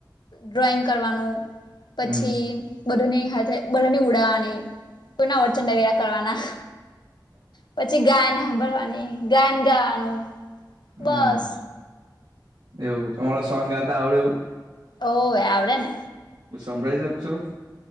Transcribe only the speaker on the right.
હમ
હમ એવું <unintelligible> સોન્ગ ગાતા આવળેું
હું સંભળાઈ શક છો.